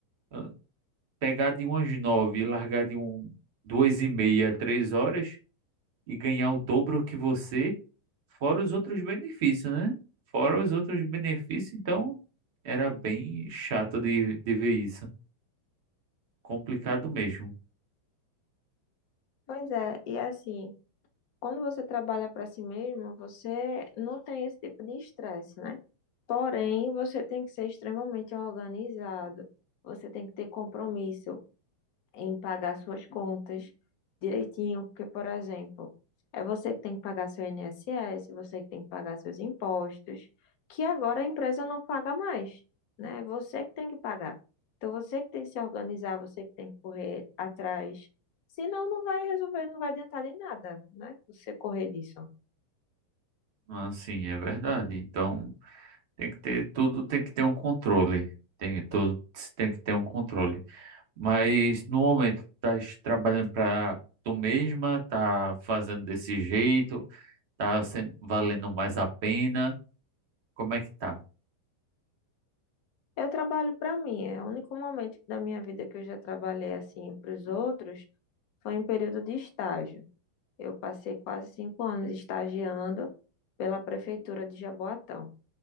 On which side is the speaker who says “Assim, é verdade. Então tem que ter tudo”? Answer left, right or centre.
Right